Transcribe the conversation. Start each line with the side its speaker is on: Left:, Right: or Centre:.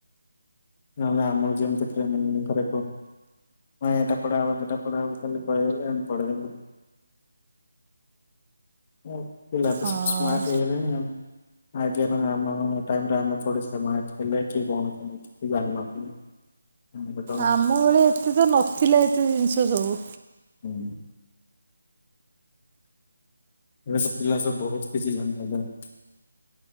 Left: ନହେଲେ ଆମର ଯେମିତି ଟ୍ରେନ୍ ନି କରେଇବ। ନାଇଁ ଏଟା ପଢେଇବ ସେଟା ପଢାବ ଖାଲି କହିଦେଲେ ଆମେ ପଳେଇଆଇଲୁ। ପିଲା ତ
Right: ହଁ
Left: ସବୁ ସ୍ମାର୍ଟ ହେଇଗଲେଣି ଆଉ। ଆଜ୍ଞା ଆମ ଟାଇମ ରେ ଆମେ ପଢ଼ିଥି କିଏ କଣ କେମିତି। କିଛି ଜାଣିନଥିଲେ। ଏବେ ତ
Right: ଆମ ବେଳେ ଏତେ ତ ନଥିଲା ଏତେ ଜିନ୍ଷ ସବୁ।
Left: ହୁଁ। ଏବେ ତ ପିଲା ସବୁ ବହୁତ କିଛି ଜନିଗଲେଣି।